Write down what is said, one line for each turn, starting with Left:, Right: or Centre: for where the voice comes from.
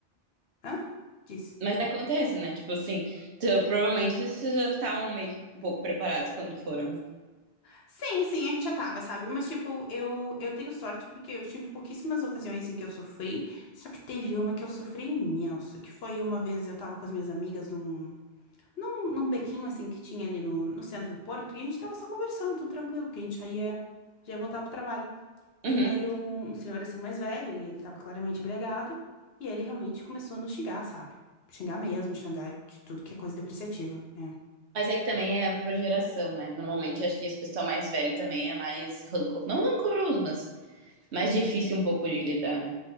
Left: Hã? Diz.
Right: mas acontece, né? Tipo assim, então provavelmente vocês já estavam meio que um pouco preparados quando foram, né?
Left: Sim, sim, a gente já tava, sabe? Mas, tipo, eu, eu tenho sorte porque eu tive pouquíssimas ocasiões em que eu sofri. Só que teve uma que eu sofri imenso, que foi uma vez eu tava com as minhas amigas num num, num bequinho assim que tinha ali no, no centro do Porto, e a gente tava só conversando, tudo tranquilo, porque a gente já ia, já ia voltar pro trabalho.
Right: Uhum.
Left: E veio um, um senhor assim mais velho, e ele tava claramente embriagado, e ele realmente começou a nos xingar, sabe? Xingar mesmo, xingar de tudo que é coisa depreciativa. É,
Right: Mas é que também é por geração, né? Normalmente acho que esse pessoal mais velho também é mais rancor... não rancoroso, mas mais difícil um pouco de lidar, né?